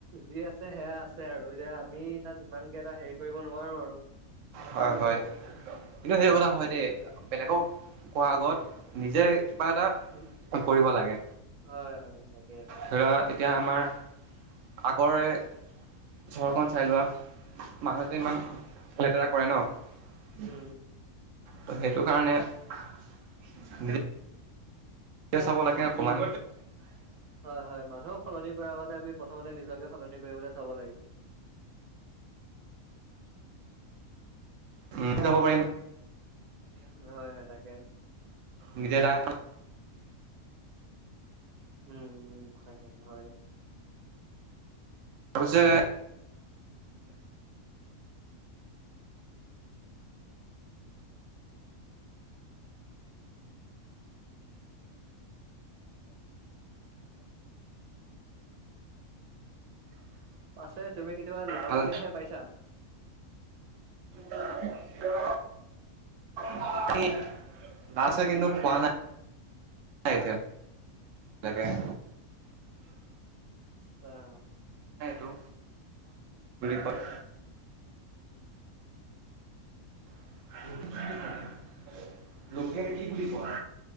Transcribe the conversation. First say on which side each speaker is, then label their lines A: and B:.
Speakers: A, on the right; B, on the right.
A: যি আছে সেয়া আছে আৰু এতিয়া, আমি তাত ইমানকে এটা হেৰি কৰিব নোৱাৰো আৰু।
B: হয়, হয়। কিন্তু সেই কথা হয় দেই, বেলেগক কোৱা আগত নিজে কিবা এটা
A: উম,
B: কৰিব লাগে।
A: হয়, হয়, তাকে।
B: ধৰা এতিয়া আমাৰ আগৰে চহৰখন চাই লোৱা, মানুহতে ইমান লেতেৰা কৰে ন'।
A: উম।
B: ত' সেইটো কাৰণে এতি চাব লাগে অকণমান।
A: হয়, হয়। মানুহক সলনি কৰাৰ আগতে আমি প্ৰথমতে নিজক সলনি কৰিবলৈ চাব লাগে।
B: উম, <unintelligible>
A: হয়, হয়, তাকে।
B: নিদে দা
A: উম, উম, তাকে, হয়।
B: তই যে
A: আছে তুমি কেতিয়াবা লাও
B: ভাল
A: পানী খাই পাইছা?
B: <inaudible> <unintelligible> কি আছে কিন্তু খোৱা নাই। <unintelligible> এতিয়াল তাকেহে।
A: অ'।
B: <unintelligible> এইটো <unintelligible> কয়। <inaudible> লোকে কি বুলি কয়?